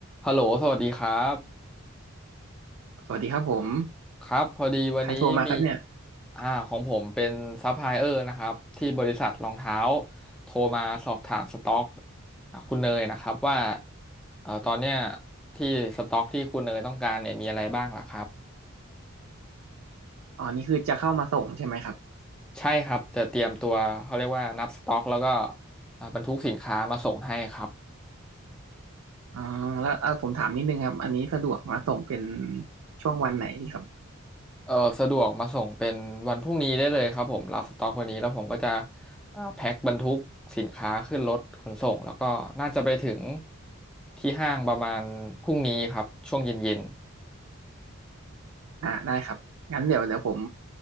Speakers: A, in the centre; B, on the right (about 85°).
A: ฮัลโหลสวัสดีครับ
B: สวัสดีครับผม
A: ครับ พอดีวันนี้มี
B: ใครโทรมาครับเนี่ย
A: อ่าของผมเป็นซัพพลายเออร์นะครับที่บริษัทรองเท้าโทรมาสอบถามสต็อกอ่าคุณเนยนะครับว่าเอ่อตอนเนี้ยที่สต็อกที่คุณเนยต้องการเนี่ยมีอะไรบ้างล่ะครับ
B: อ๋อนี่คือจะเข้ามาส่งใช่ไหมครับ
A: ใช่ครับจะเตรียมตัวเขาเรียกว่านับสต็อกแล้วก็อ่าบรรทุกสินค้ามาส่งให้ครับ
B: อ๋อแล้วเอ่อผมถามนิดนึงครับอันนี้สะดวกมาส่งเป็นช่วงวันไหนดีครับ
A: เออสะดวกมาส่งเป็นวันพรุ่งนี้ได้เลยครับผมรับสต็อกวันนี้แล้วผมก็จะอ่าแพ็คบรรทุกสินค้าขึ้นรถขนส่งแล้วก็น่าจะไปถึงที่ห้างประมาณพรุ่งนี้ครับช่วงเย็น
B: อ่าได้ครับงั้นเดี๋ยวเดี๋ยวผม